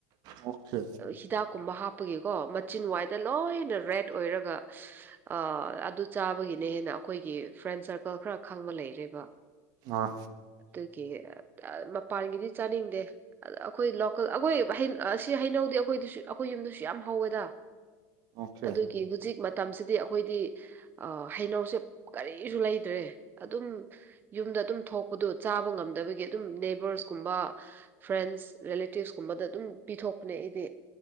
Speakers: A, on the right (about 50°); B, on the right (about 25°).
A: ꯑꯣꯀꯦ
B: ꯍꯤꯗꯥꯛ ꯀꯨꯝꯕ ꯍꯥꯞꯄꯒꯤꯀꯣ ꯃꯆꯤꯟ ꯋꯥꯏꯗ ꯂꯣꯏꯅ ꯔꯦꯠ ꯑꯣꯏꯔꯒ ꯑꯗꯨ ꯆꯥꯕꯒꯤꯅꯦ ꯍꯦꯟꯅ ꯑꯩꯈꯣꯏꯒꯤ ꯐ꯭ꯔꯦꯟ ꯁꯔꯀꯜ ꯈꯔ ꯈꯪꯕ ꯂꯩꯔꯦꯕ
A: ꯑꯥ
B: ꯑꯗꯨꯒꯤ ꯃꯄꯥꯟꯒꯤꯗꯤ ꯆꯥꯅꯤꯡꯗꯦ ꯑꯗ ꯑꯩꯈꯣꯏ ꯂꯣꯀꯦꯜ ꯑꯩꯈꯣꯏ ꯁꯤ ꯍꯩꯅꯧꯗꯤ ꯑꯩꯈꯣꯏꯁꯨ ꯑꯩꯈꯣꯏ ꯌꯨꯝꯗꯁꯨ ꯌꯥꯝ ꯍꯧꯋꯦꯗ
A: ꯑꯣꯀꯦ
B: ꯑꯗꯨꯒꯤ ꯍꯧꯖꯤꯛ ꯃꯇꯝꯁꯤꯗꯤ ꯑꯩꯈꯣꯏꯗꯤ ꯍꯩꯅꯧꯁꯦ ꯀꯔꯤꯁꯨ ꯂꯩꯇ꯭ꯔꯦ ꯑꯗꯨꯝ ꯌꯨꯝ ꯑꯗꯨꯝ ꯊꯣꯛꯄꯗꯨ ꯆꯥꯕ ꯉꯝꯗꯕꯒꯤ ꯑꯗꯨꯝ ꯅꯦꯕꯔꯁꯀꯨꯝꯕ ꯐ꯭ꯔꯦꯟꯁ ꯦꯂꯦꯇꯤꯞꯁꯀꯨꯝꯕꯗ ꯑꯗꯨꯝ ꯑꯗꯨꯨꯝ ꯄꯤꯊꯣꯛꯄꯅꯦ ꯑꯩꯗꯤ